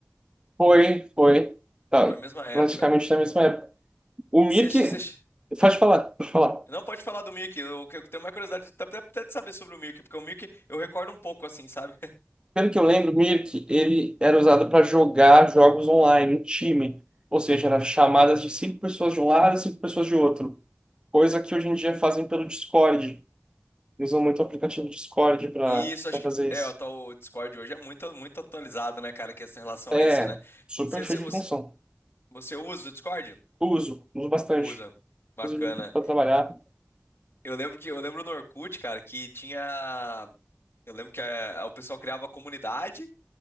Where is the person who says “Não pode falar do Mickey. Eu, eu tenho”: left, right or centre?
Left